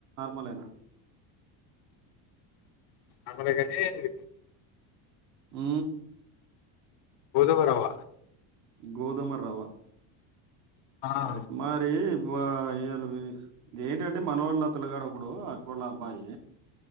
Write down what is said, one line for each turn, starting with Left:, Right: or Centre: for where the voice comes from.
Right: మలేనా
Left: అమలగానే ఇ
Right: ఆ
Left: గోధవరవ్వ
Right: గోధుమ రవ
Left: ఆ
Right: రైట్ మరి ఇ ఏళ ఎంటంటే మనొళ్ళ పిలగాడొకడు అక్కొళ్ళ అబ్బాయి